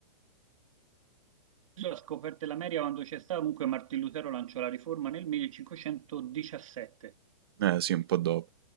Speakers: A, on the right; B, on the right.
A: La scoperta dell'America quando c'è stata, comunque Martin Lutero lanciò la riforma nel 1517.
B: Eh sì, un po' dopo.